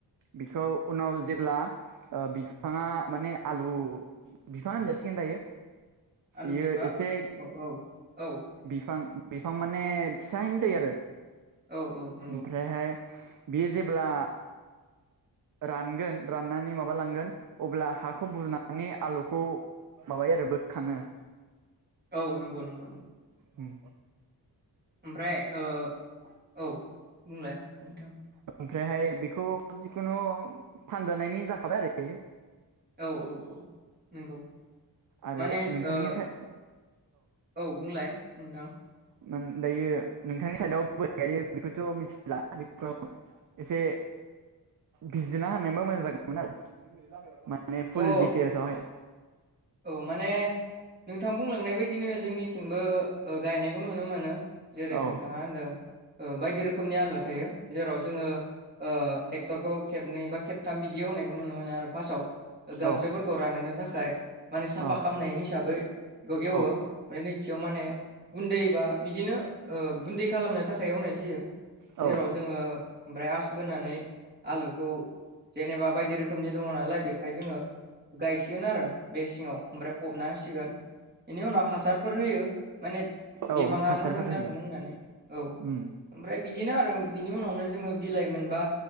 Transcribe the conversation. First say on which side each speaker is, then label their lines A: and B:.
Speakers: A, on the right; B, on the right.
A: बिखौ उनाव जेब्ला ओ बिफाङा माने आलु बिफा होनजासिगोन दायो
B: आलु
A: इयो
B: फिफा
A: एसे
B: औ औ औ
A: बिफां बिफां माने फिसायैनो जायो आरो
B: औ औ नंगौ
A: ओमफ्रायहाय बियो जेब्ला रानगोन राननानै माबा लांगोन अब्ला हाखौ बुरनानै आलुखौ माबायो आरो बोखाङो
B: औ नंगौ नंगौ नंगौ
A: उम
B: ओमफ्राय ओ औ बुंलाय नोंथां।
A: ओमफ्रायहाय बेखौ जिखुनु फानजानायनि जाखाबाय आरो बेयो
B: औ औ औ नोंगौ
A: आरो
B: माने
A: नोंथांनि
B: ओ
A: साइ
B: औ बुंलाय नोंथां
A: मा होनो दायो नोंथांनि साइडआव बोरै गायो बेखौथ' मिथिला आथिखालाव एसे बिजिरना होनायबा मोजां जागौमोन आरो मा ने
B: अ
A: फुल
B: ओ
A: दिटेलस आव हाय
B: औ माने नोंथां बुंलांनाय बायदिनो जोंनिथिंबो ओ गायनायखौ नुनो मोनो। जेरै
A: औ
B: नोंथाङा होनदों ओ बायदि रोखोमनि आलुवा थायो जेराव जोङो ओ ट्रेक्टरखौ खेबनै बा खेबथाम बिदि एवनायखौ नुनो मोनो आरो फास्टआव ओ गांसोफोरखौ
A: औ
B: रानहोनो थाखाय माने साफा
A: औ
B: खालामनाय हिसाबै बेखौ एवो
A: औ
B: ओमफ्राय नैथियाव माने गुन्दैबा बिदिनो ओ गुन्दै खालामनो थाखाय एवनाय जायो।
A: औ
B: जेराव जोङो ओमफ्राय आस बोनानै आलुखौ जेनेबा बायदि रोखोमनि दङ नालाय बेखाय जोङो गायसिगोन आरो बे सिङाव ओमफ्राय फबना होसिगोन एनि उनाव हासारफोर होयो माने
A: औ
B: बिफाङा
A: हासारफोर
B: मोजां जाथों
A: होयो
B: होननानै। औ ओमफ्राय
A: उम
B: बिदिनो आरो बिनि उनावनो जोङो बिलाइ मोनबा